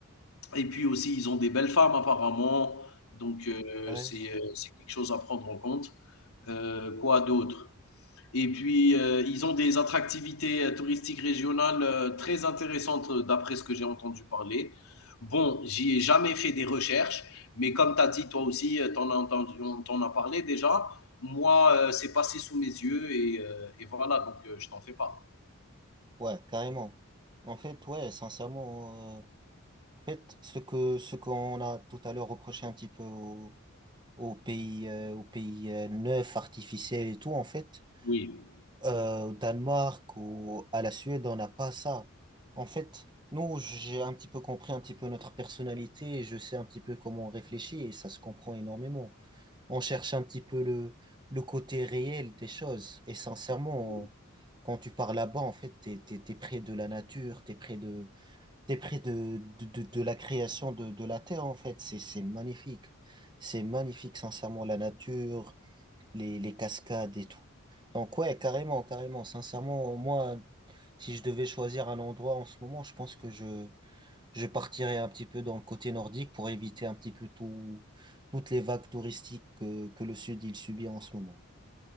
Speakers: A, on the left; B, on the right.
A: Et puis aussi, ils ont des belles femmes apparemment. Donc, euh,
B: Carrément.
A: c'est, euh, c'est quelque chose à prendre en compte. Euh, quoi d'autre? Et puis, euh, ils ont des attractivités euh, touristiques régionales euh, très intéressantes euh, d'après ce que j'ai entendu parler. Bon, j'y ai jamais fait des recherches, mais comme tu as dit, toi aussi, tu en as entendu, on t'en a parlé déjà. Moi, euh, c'est passé sous mes yeux et, euh, et voilà, donc euh, je t'en fais part.
B: Ouais, carrément. En fait, ouais, sincèrement, euh, en fait, ce que, ce qu'on a tout à l'heure reproché un petit peu aux, aux pays, euh, aux pays euh, neufs, artificiels et tout, en fait,
A: Oui,
B: euh, au Danemark ou à la Suède, on n'a pas ça. En fait, nous, j'ai un petit peu compris un petit peu notre personnalité et je sais un petit peu comment on réfléchit et ça se comprend énormément. On cherche un petit peu le, le côté réel des choses et sincèrement,
A: oui,
B: on- quand tu pars là-bas, en fait, t'es, t'es, t'es près de la nature, t'es près de, t'es près de, de, de- de la création de, de la terre, en fait. C'est, c'est magnifique. C'est magnifique, sincèrement, la nature les, les cascades et tout. Donc ouais, carrément, carrément. Sincèrement, moi, si je devais choisir un endroit en ce moment, je pense que je, je partirais un petit peu dans le côté nordique pour éviter un petit peu tout, toutes les vagues touristiques que, que le sud, il subit en ce moment.